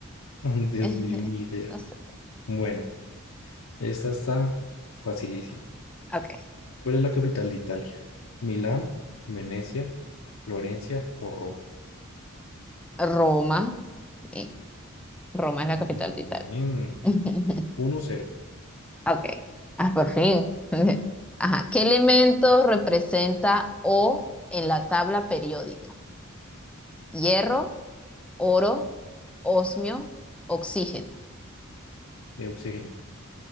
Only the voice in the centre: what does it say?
<laughs>
No sé,
ok.
Roma, sí. Roma es la
capital
de Italia. <laughs>
Ok. Ah, por fin. <laughs> Ajá. ¿Qué elemento representa O en la tabla periódica? Hierro, oro, osmio, oxígeno.